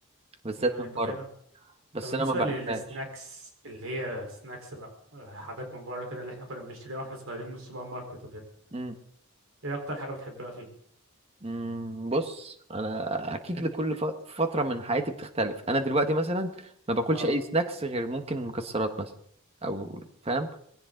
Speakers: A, on the right (about 25°); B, on the right (about 65°).
A: بالذات
B: مم،
A: من
B: طب
A: بره
B: إيه؟
A: بس
B: طب بالنسبة
A: انا ما بحبهاش
B: للسناكس اللي هي سناكس بقى آه، حاجات من بره كده اللي احنا كنا بنشتريها واحنا صغيرين من السوبر ماركت وكده
A: امم
B: ايه اكتر حاجة بتحبها فيه؟
A: أمم، بص انا اكيد لكل ف... فتره من حياتي بتختلف انا دلوقتي مثلا ما باكلش
B: اه
A: اي سناكس غير ممكن مكسرات مثلا او فاهم